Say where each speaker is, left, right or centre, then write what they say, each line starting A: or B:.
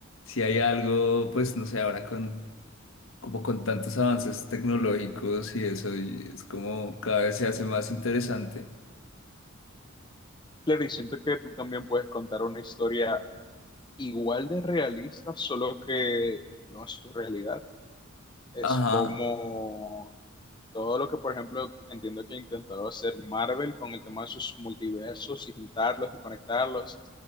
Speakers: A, on the left; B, on the left.
A: hay algo, pues no sé, ahora con como con tantos avances tecnológicos y eso, y es como cada vez se hace más interesante.
B: Claro, y siento que tú también puedes contar una historia igual de realista, solo que no es tu realidad. es
A: Ajá,
B: como todo lo que, por ejemplo, entiendo que ha intentado hacer Marvel con el tema de sus multiversos y juntarlos y conectarlos.